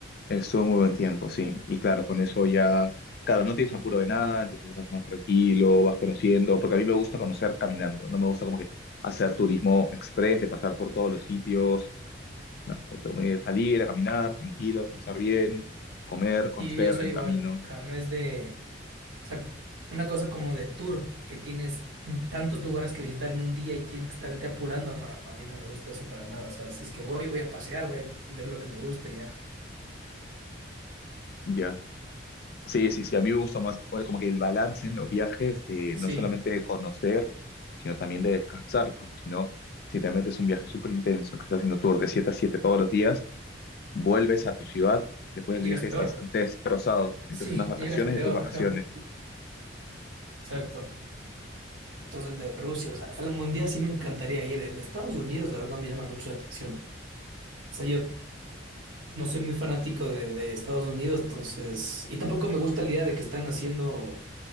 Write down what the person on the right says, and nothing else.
Y yo soy
igual,
o sea, no es de, o sea, una cosa como de tour, que tienes tantos lugares que visitar en un día y tienes que estarte apurando, no, no, a mí no me gusta eso para nada, o sea, si es que voy, voy a pasear, voy a ver lo que me guste, y ya.
Sí,
llegas
peor,
sí,
llegas peor,
ajá, exacto. Entonces el de Rusia, o sea, el mundial sí me encantaría ir, el de Estados Unidos, la verdad, me llama mucho la atención. O sea, yo No soy muy fanático de, de Estados Unidos, entonces, y tampoco me gusta la idea de que están haciendo